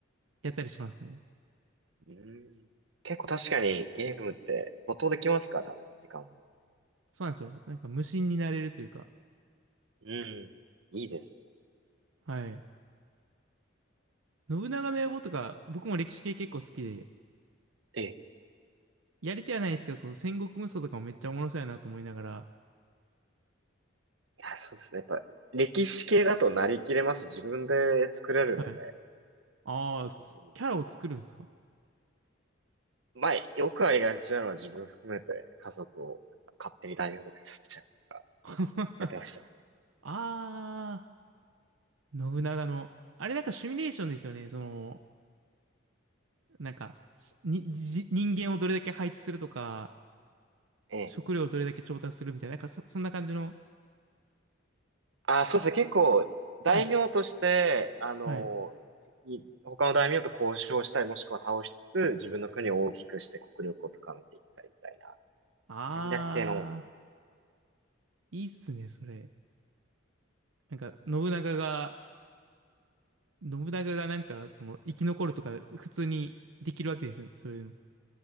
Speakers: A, on the right (about 85°); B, on the right (about 70°).
A: やったりしますね。
B: うん。結構確かにゲームって没頭できますからね、時間も。
A: そうなんですよ。なんか無心になれるというか。
B: うん。いいですね。
A: はい。信長の野望とか、僕も歴史系結構好きで、
B: ええ。
A: やりてはないんですけど、その戦国無双とかもめっちゃおもろそうやなと思いながら、
B: いや、そうですね。やっぱ、歴史系だとなりきれますし、自分で作れるので。
A: はい。ああ、つキャラを作るんですか
B: うんまあ、よくありがちなのは自分含めて家族をなんか勝手に大名とかにさせちゃうとか、
A: <laughs>
B: やってましたね。
A: あー、信長の。あれなんかシミュレーションですよね。その、なんか、しに、じ人間をどれだけ配置するとか、
B: ええ。
A: 食料をどれだけ調達するみたいな、なんかそ、そんな感じの。
B: あ、そうですね。結構、大名として、
A: はい。
B: あの、
A: はい。
B: い他の大名と交渉したり、もしくは倒しつつ、自分の国を大きくして国力を高めていったりみたいな、
A: あ
B: 戦略系の、
A: ー、いいっすね、それ。なんか、信長が、信長がなんか、その、生き残るとか、普通にできるわけですよ。そういうの。